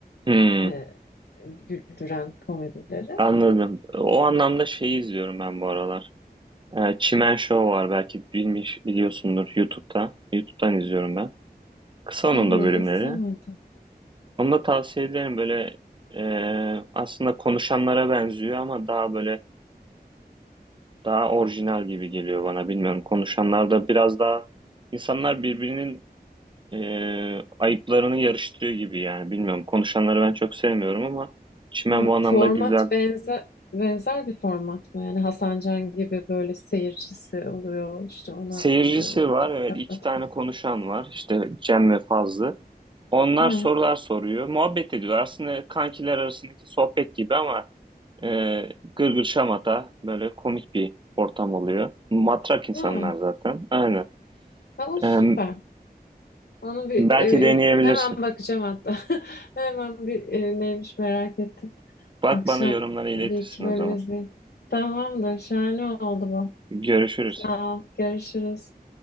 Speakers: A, on the right; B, on the left.
A: Hı.
B: e, güldüren komedileri.
A: Anladım. O anlamda şeyi izliyorum ben bu aralar. Ee, Çimen Show var belki bilmiş biliyorsundur YouTube'da. YouTube'dan izliyorum ben. Kısa onun
B: Hmm,
A: da bölümleri.
B: izlemedim.
A: Onu da tavsiye ederim. Böyle e, aslında konuşanlara benziyor ama daha böyle daha orijinal gibi geliyor bana. Bilmiyorum. Konuşanlarda biraz daha insanlar birbirinin e, ayıplarını yarıştırıyor gibi yani. Bilmiyorum. Konuşanları ben çok sevmiyorum ama Çimen
B: Ha,
A: bu anlamda
B: format
A: güzel
B: benzer benzer bir format mı? Yani Hasan Can gibi böyle seyircisi oluyor işte ona
A: Seyircisi
B: e,
A: var. Evet,
B: laf
A: iki
B: atıyor.
A: tane konuşan var. işte Cem ve Fazlı. Onlar
B: Ha,
A: sorular soruyor. Muhabbet ediyor. Aslında kankiler arasındaki sohbet gibi ama e, gırgır şamata böyle komik bir ortam oluyor. Matrak insanlar
B: ha.
A: zaten. Aynen.
B: Ha, o süper.
A: E,
B: Onu bir
A: belki
B: e,
A: deneyebilirsin.
B: hemen bakacağım hatta. <laughs> Hemen bir e, neymiş merak ettim.
A: Bak
B: Akşam
A: bana yorumları iletirsin
B: bir iki bölüm
A: o zaman.
B: izleyeyim. Tamamdır. Şahane oldu bu.
A: Görüşürüz.
B: Sağ ol. Görüşürüz.